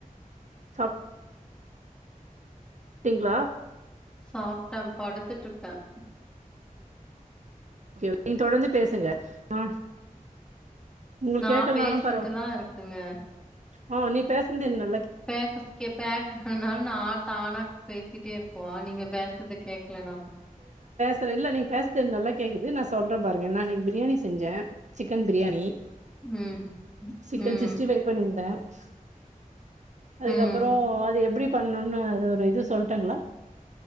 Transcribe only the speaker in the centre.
சாப்ட்டன் படுத்துட்டு இருக்கன்
நான்
பேசிட்டுதா
இருக்கங்க
பேக்கஸ் கேப்ப நான் நா தானா பேசிட்டே இருப்போ நீங்க பேசறது கேக்கலனா
ம்
ம்
ம்.